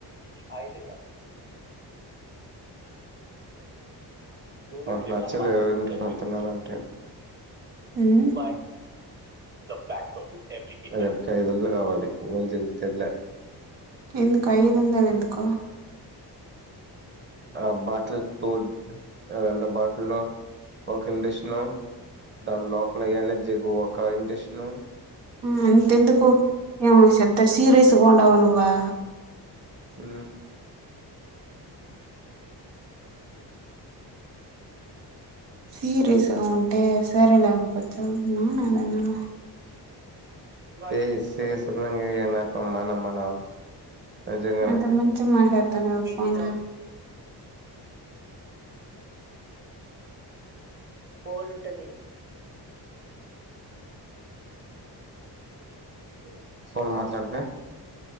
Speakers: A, on the right; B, on the right.
A: ఆయిదే గా నాకు నచ్చదు <unintelligible> తినాలంటే
B: ఉమ్
A: బా రేపు టికీ ఐదు వందలు కావాలి ఓన్ తిన్ తిన్లే
B: ఎందుకు ఐదు వందలు ఎందుకు
A: ఆ బాటిల్ తోడ్ రెండో బాటిల్లో ఒక ఇండష్ ృష్ణ ద లో పళ నా జగ ఓకా ఎంటష్ణు
B: ఆ ంత ఎందుకు ఏమో ఎంత సీరస్ బొండవానువ్వా
A: హూ
B: సీరేస్ గా ఉంటే సరలేనుకోచ్చమా నాదన్నా
A: ే ఏ సేసుగునంగనపం మనమనా నిజంగానే
B: నాతో మంచిగా మాట్లాడుతున్నారు ఫోన్
A: కరెంు బల్ంటుంది ఉ ఫోన్ మాట్లాడితే